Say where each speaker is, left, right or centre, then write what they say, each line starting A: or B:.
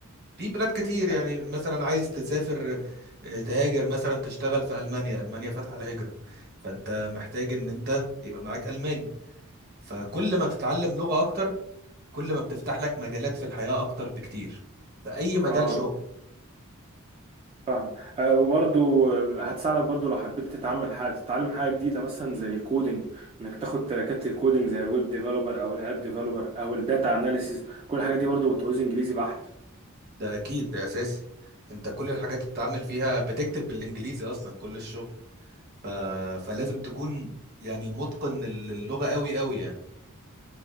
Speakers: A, on the right; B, on the right.
A: في بلاد كتير يعني
B: أت-
A: مثلا عايز تسافر آه، تهاجر مثلا تشتغل في ألمانيا ألمانيا فاتحة الهجرة فأنت محتاج إن أنت يبقى معاك ألماني فكل ما بتتعلم لغة أكتر كل ما بتفتح لك مجالات في الحياة أكتر بكتير في أي مجال
B: اه
A: شغل
B: فاهم آه، وبرضو آه، هتساعدك برضو لو حبيت تتعمل حاجة تتعلم حاجة جديدة مثلا زي الكودينج انك تاخد تراكات الكودينج زي الويب ديفلوبر او الاب ديفلوبر او الداتا اناليسيز كل الحاجات دي برضو بتعوز انجليزي بحت
A: ده أكيد ده أساسي أنت كل الحاجات اللي بتتعامل فيها بتكتب بالإنجليزي أصلا كل الشغل ف... فلازم تكون يعني متقن للغة قوي قوي يعني